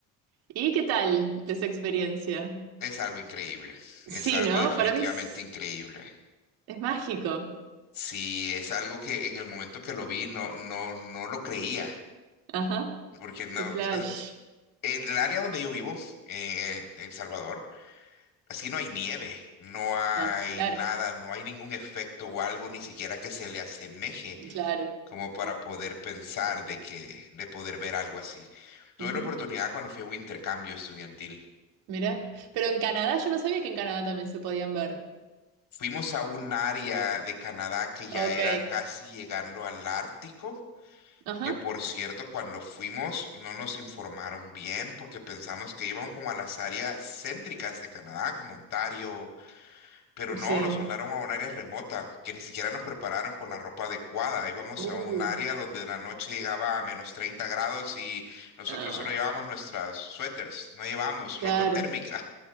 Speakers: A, on the right; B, on the left.
A: ¿Y qué tal esa experiencia?
B: Es algo increíble, es
A: Sí,
B: algo
A: ¿no?
B: definitivamente
A: Para mí es,
B: increíble.
A: es mágico.
B: Sí, es algo que en el momento que lo vi no, no, no lo creía,
A: Ajá,
B: porque no,
A: qué flash.
B: en el área donde yo vivo, eh, en El Salvador, así no hay nieve, no hay
A: No, claro.
B: nada, no hay ningún efecto o algo ni siquiera que se le asemeje
A: Claro,
B: como para
A: claro.
B: poder pensar de que, de poder ver algo así. Tuve
A: Ujú.
B: la oportunidad cuando fui a un intercambio estudiantil.
A: Mira, pero en Canadá yo no sabía que en Canadá también se podían ver.
B: Fuimos a un área de Canadá que ya
A: Ok,
B: era casi llegando al Ártico,
A: ajá,
B: que por cierto, cuando fuimos no nos informaron bien porque pensamos que iban como a las áreas céntricas de Canadá, como Ontario, Pero no,
A: sí.
B: nos mandaron a un área remota, que ni siquiera nos prepararon con la ropa adecuada. Íbamos
A: Uh,
B: a un área donde la noche llegaba a menos 30 grados y nosotros
A: ah,
B: solo llevábamos nuestras suéteres, no llevábamos
A: claro.
B: ropa térmica.